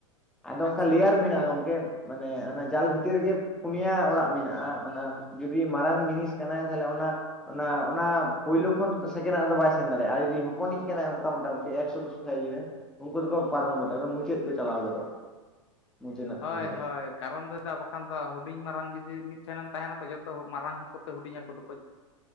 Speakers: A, in the centre; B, on the left.
A: ᱟᱫᱚ
B: ᱟᱪᱪᱷᱟ
A: ᱚᱱᱠᱟ ᱞᱮᱭᱟᱨ ᱢᱮᱱᱟᱜᱼᱟ ᱜᱚᱢᱠᱮ ᱾ ᱢᱟᱱᱮ
B: ᱦᱩᱸ
A: ᱚᱱᱟ ᱡᱟᱞ ᱵᱷᱤᱛᱤᱨ ᱨᱮᱜᱮ ᱯᱩᱱᱭᱟ ᱚᱲᱟᱜ ᱢᱮᱱᱟᱜᱼᱟ ᱾ ᱚᱱᱟ ᱡᱩᱫᱤ ᱢᱟᱨᱟᱝ ᱡᱤᱱᱤᱥ ᱼᱼ ᱠᱟᱱᱟᱭ ᱛᱟᱦᱚᱞᱮ ᱚᱱᱟ ᱚᱱᱟ ᱚᱱᱟ ᱯᱳᱭᱞᱳ ᱠᱷᱚᱱ ᱥᱮᱠᱮᱱ ᱱᱟᱜ ᱨᱮᱫᱚ ᱵᱟᱭ ᱥᱮᱱ ᱫᱟᱲᱮᱭᱟᱜᱼᱟ ᱾ ᱟᱨ ᱡᱩᱫᱤ ᱦᱚᱯᱚᱱᱤᱡ ᱼᱼ ᱠᱟᱱᱟᱭ ᱚᱱᱠᱟ ᱢᱚᱴᱟᱢᱩᱴᱤ ᱮᱠᱥᱚ ᱫᱩᱥᱚ ᱠᱷᱚᱡ ᱤᱭᱟᱹ ᱩᱱᱠᱩ ᱫᱚᱠᱚ ᱯᱟᱨᱚᱢ ᱜᱚᱫᱚᱜᱼᱟ, ᱮᱠᱫᱚᱢ ᱢᱩᱪᱟᱹᱫ ᱠᱚ ᱪᱟᱞᱟᱣ ᱜᱚᱫᱚᱜᱼᱟ। ᱢᱩᱪᱟᱹᱫ ᱨᱮᱱᱟᱜ
B: ᱦᱳᱭ-
A: ᱛᱷᱟᱹᱞᱤ ᱨᱮ
B: ᱦᱳᱭ ᱠᱟᱨᱚᱱ ᱫᱚ ᱪᱮᱫᱟᱜ ᱵᱟᱠᱷᱟᱱ ᱫᱚ ᱦᱩᱰᱤᱧ ᱢᱟᱨᱟᱝ ᱡᱩᱫᱤ ᱢᱤᱫᱴᱷᱮᱱᱮᱢ ᱛᱟᱦᱮᱱᱟᱠᱚ ᱡᱚᱛᱚ ᱢᱟᱨᱟᱝ ᱦᱟᱹᱠᱩ ᱛᱮ ᱦᱩᱰᱤᱧ ᱦᱟᱹᱠᱩ ᱫᱚᱠᱚ ᱼᱼ